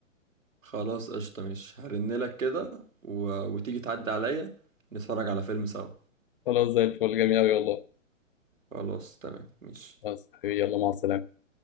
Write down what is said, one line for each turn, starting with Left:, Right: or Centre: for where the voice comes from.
Right: خلاص قشطة مش هرنلك كده و... وتيجي تعدي عليا نتفرج على فيلم سوا
Left: خلاص زي الفل جميل قوي والله
Right: خلاص تمام مش
Left: خلاص حبيبي يلا مع السلامه